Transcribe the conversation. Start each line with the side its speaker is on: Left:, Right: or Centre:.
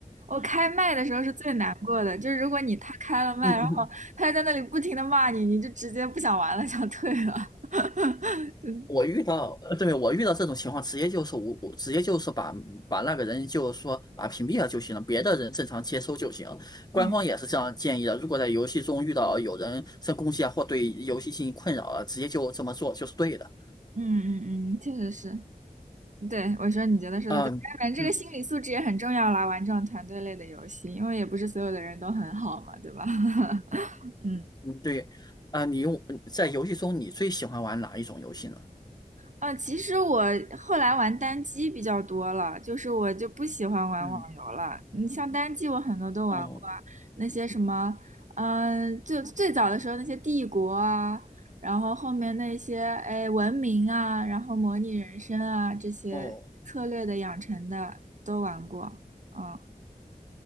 Right: 我开麦的时候是最难过的，就是如果你他开了麦，
Left: 嗯嗯。
Right: 然后他在那里不停的骂你，你就直接不想玩了，想退了。<laughs> 就
Left: 我遇到，呃，对，我遇到这种情况，直接就是无，我直接就是把把那个人就是说把屏蔽了就行了，别的人正常接收就行官方也是这样建议的，
Right: 嗯，
Left: 如果在游戏中遇到有人在攻击啊，或对游戏进行困扰啊，直接就这么做就是对的。
Right: 嗯嗯嗯，确实是。对，我说你觉得说的对，
Left: 嗯嗯
Right: 当然这个心理素质也很重要啦，玩这种团队类的游戏，因为也不是所有的人都很好嘛，对吧？<laughs> 嗯。
Left: 嗯，对，啊，你用在游戏中你最喜欢玩哪一种游戏呢？
Right: 嗯，其实我后来玩单机比较多了，就是我就不喜欢玩网游了。
Left: 嗯，
Right: 你像单机，我很多都玩过啊，
Left: 哦
Right: 那些什么，嗯、就最早的时候那些帝国啊，然后后面那些哎文明啊，然后模拟人生啊这些策略的养成的都玩过。
Left: 哦
Right: 嗯，